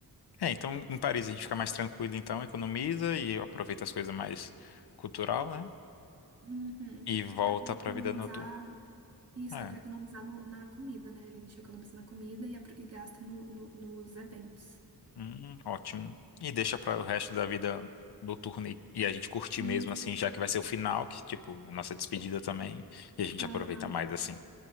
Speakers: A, on the left (about 85°); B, on the right (about 40°).
A: É, então em Paris a gente fica mais tranquilo, então economiza e aproveita as coisas mais cultural, né?
B: Uhum.
A: E volta
B: Dá para economizar.
A: pra vida noturna.
B: Isso,
A: É,
B: dá para economizar no- na comida, né? A gente economiza na comida e, apro- e gasta no- no- nos eventos.
A: hum, ótimo. E deixa para o resto da vida noturna e, e a gente curtir
B: Isso.
A: mesmo assim, já que vai ser o final, que tipo, a nossa despedida também, e a gente
B: Aham.
A: aproveita mais assim.